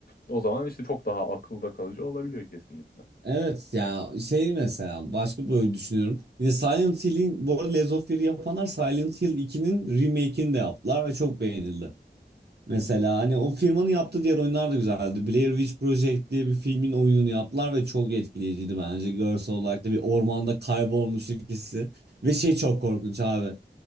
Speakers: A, on the left; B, on the right.
A: O zaman işte çok daha akılda kalıcı olabiliyor kesinlikle.
B: Evet ya şey mesela başka böyle düşünüyorum. Yine Silent Hill'in bu arada Lies of Fear'ı yapanlar Silent Hill 2'nin remake'ini de yaptılar ve çok beğenildi. Mesela hani o firmanın yaptığı diğer oyunlar da güzeldi. Blair Witch Project diye bir filmin oyununu yaptılar ve çok etkileyiciydi bence. Görsel olarak da bir ormanda kaybolmuş ikisi. Ve şey çok korkunç abi.